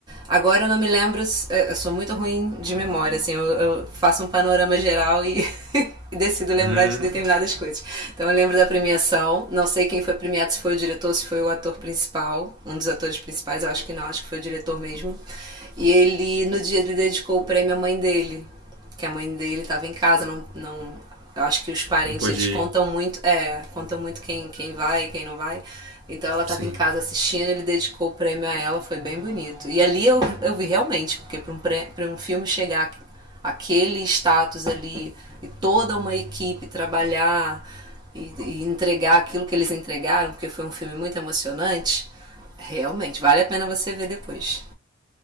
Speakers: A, on the right; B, on the right.
A: Agora eu não me lembro, eu sou muito ruim de memória, assim, eu, eu faço um panorama geral e, <laughs> e decido lembrar
B: Hum,
A: de determinadas coisas. Então eu lembro da premiação, não sei quem foi premiado, se foi o diretor, se foi o ator principal, um dos atores principais, eu acho que não, acho que foi o diretor mesmo. E ele, no dia, ele dedicou o prêmio à mãe dele, que a mãe dele estava em casa, não, não, eu acho que os parentes
B: não pode
A: eles
B: ir.
A: contam muito, é, contam muito quem quem vai e quem não vai. Então ela estava
B: Sim.
A: em casa assistindo, ele dedicou o prêmio a ela, foi bem bonito. E ali eu, eu vi realmente, porque para um, pré- pra um filme chegar aquele status ali e toda uma equipe trabalhar e, e entregar aquilo que eles entregaram, porque foi um filme muito emocionante, realmente vale a pena você ver depois.